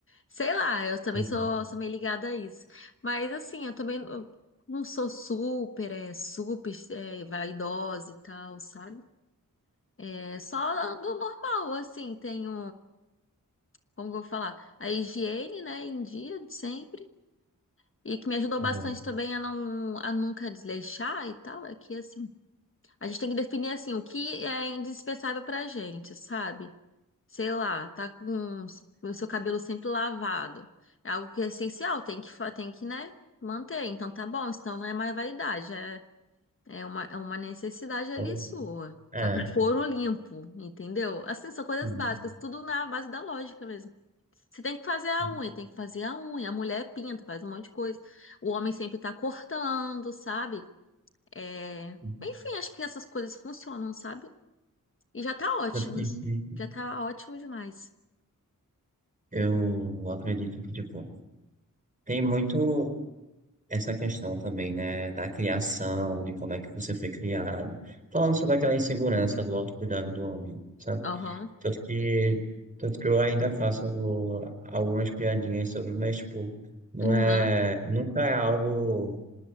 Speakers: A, on the left (about 40°); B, on the right (about 25°).
A: Sei lá, eu também
B: Exato,
A: sou, sou meio ligada a isso. Mas assim, eu também não não sou super, é, super, é, vaidosa e tal, sabe? É, só ando normal, assim, tenho, como que eu vou falar, a higiene, né, em dia, de sempre. E que me ajudou
B: exato.
A: bastante também a não a nunca desleixar e tal, é que assim, a gente tem que definir assim o que é indispensável pra gente, sabe? sei lá, tá com com o seu cabelo sempre lavado. É algo que é essencial, tem que, fa- tem que, né, manter. Então tá bom, então não é mais vaidade, é, é uma, é uma necessidade ali
B: Então,
A: sua.
B: É,
A: Tá com É. couro limpo, entendeu? Assim, são coisas
B: sim.
A: básicas, tudo na base da lógica mesmo. Você tem que fazer a
B: sim,
A: unha, tem que fazer a unha. A mulher pinta, faz um monte de coisa. O homem sempre tá cortando, sabe? É...
B: sim.
A: Enfim, acho que essas coisas funcionam, sabe? E já tá ótimo.
B: tanto que que
A: Já tá ótimo demais.
B: eu acredito que, tipo, tem muito essa questão também, né, da criação, de como é que você foi criado. Falando sobre aquela insegurança do autocuidado do homem, sabe?
A: Aham,
B: Tanto que, tanto que eu ainda faço algumas piadinhas sobre, mas, tipo, não
A: aham,
B: é, nunca é algo